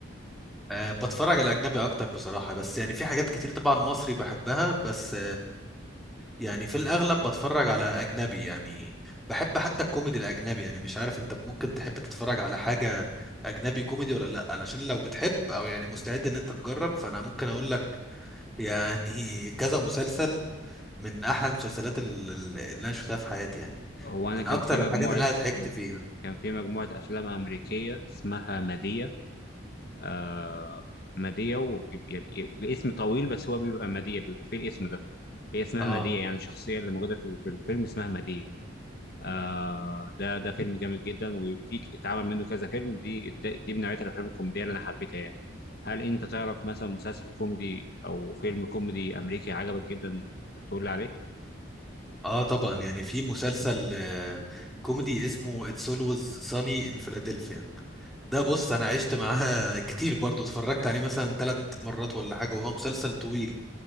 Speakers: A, in the centre; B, on the left.
A: أه بتفرج على أجنبي أكتر بصراحة بس يعني في حاجات كتير طبعا مصري بحبها بس يعني في الأغلب بتفرج على أجنبي يعني بحب حتى الكوميدي الأجنبي يعني مش عارف أنت ممكن تحب تتفرج على حاجة أجنبي كوميدي ولا لأ علشان لو بتحب أو يعني مستعد إن أنت تجرب فأنا ممكن أقول لك يعني <laughs> كذا مسلسل من أحلى المسلسلات ال- ال- اللي أنا شفتها في حياتي يعني
B: هو أنا
A: من
B: كان
A: أكتر
B: في مجموعة
A: الحاجات اللي أنا ضحكت فيها
B: كان في مجموعة أفلام أمريكية اسمها مادية آه مادية و... الاسم طويل بس هو بيبقى مادية بيبقى فيه الاسم ده هي اسمها
A: اه
B: مادية يعني الشخصية اللي موجودة في في الفيلم اسمها مادية آه ده ده فيلم جامد جدا وفي ك- اتعمل منه كذا فيلم دي ده- دي من نوعية الافلام الكوميدية اللي انا حبيتها يعني هل انت تعرف مثلا مسلسل كوميدي او فيلم كوميدي امريكي عجبك جدا تقول لي عليه
A: اه طبعا يعني في مسلسل آه، كوميدي اسمه It's Always Sunny in Philadelphia ده بص انا عشت معاه <laughs> كتير برضو اتفرجت عليه مثلا ثلاث مرات ولا حاجه وهو مسلسل طويل